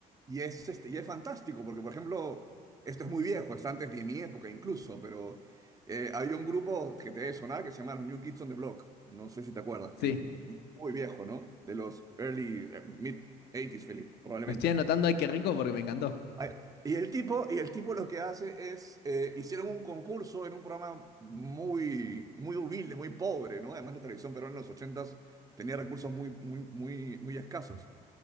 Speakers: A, on the right; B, on the left.
A: y es, este, y es fantástico, porque, por ejemplo, esto es muy viejo, es antes de mi época incluso, pero eh, había un grupo que te debe sonar que se llama los New Kids on the Block. No sé si te acuerdas.
B: Sí.
A: eh, muy viejo, ¿no? De los early, eh, mid 80s, Philip, probablemente.
B: Me estoy anotando ay qué rico porque me encantó.
A: Ay, Y el tipo, y el tipo lo que hace es, eh, hicieron un concurso en un programa muy, muy humilde, muy pobre, ¿no? Además la televisión pero en los ochentas tenía recursos muy, muy, muy, muy escasos.